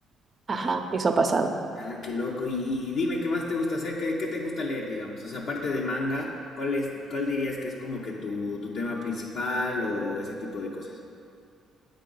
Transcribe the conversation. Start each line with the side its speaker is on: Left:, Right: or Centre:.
Right: Ajá, eso ha pasado.
Left: Ah, qué loco. Y, y dime, ¿qué más te gusta hacer? ¿Qué, qué te gusta leer, digamos? O sea, aparte de manga, ¿cuál es, cuál dirías que es como que tu, tu tema principal o ese tipo de cosas?